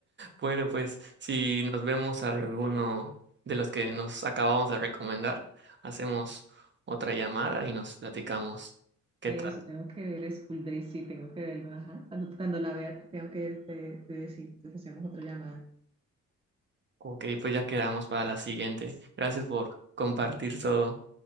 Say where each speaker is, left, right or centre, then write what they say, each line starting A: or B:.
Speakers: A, on the right (about 40°); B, on the right (about 20°).
A: Bueno, pues si nos vemos a alguno de los que nos acabamos de recomendar, hacemos otra llamada y nos platicamos qué
B: Eso,
A: tal.
B: tengo que ver School Days, sí, tengo que verlo, ajá. Cuando, cuando la vea, tengo que te, te decir, entonces hacemos otra llamada.
A: Ok, pues ya quedamos para la siguiente. Gracias por compartir todo.